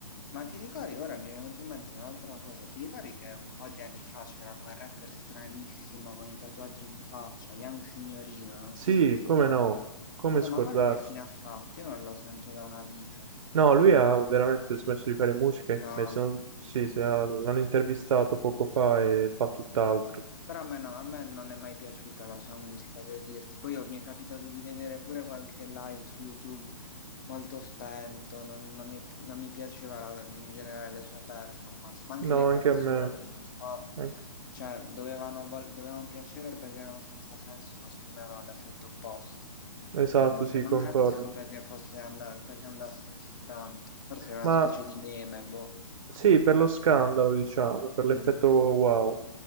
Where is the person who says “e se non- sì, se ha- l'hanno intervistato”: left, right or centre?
Right